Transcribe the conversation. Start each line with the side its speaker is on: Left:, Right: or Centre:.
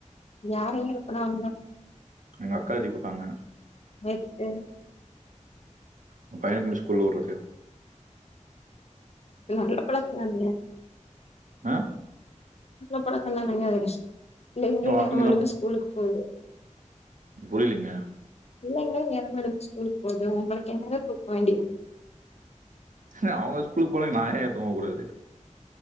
Left: யாரையு எழுப்புனா வந்தா
Right: எங்க அக்கா எழிப் உட்டாங்க
Left: எதுக்கு
Right: ஓ பைய கொண்டுபோய் ஸ்கூல்ல விட்றக்கு
Left: அது நல்ல பழக்கொதானங்க
Right: ஆஹ்
Left: நல்ல பழக்கோ தானங்கஸ் பிள்ளைங்ளு
Right: ஆ வாக்கிங்லாம்
Left: நேரமா எழுந்து
Right: போ
Left: ஸ்கூலுக்கு போகு
Right: புரியலைங்க.
Left: பிள்ளைங்லே நேரமா எழுந்து ஸ்கூலுக் போகுது ஒங்களுக்கென்னங்க தூக்கோ வேண்டி இருக்
Right: ஏங்க அவுங்க ஸ்கூலுக்கு போகக் நா ஏ தூங்க கூடாது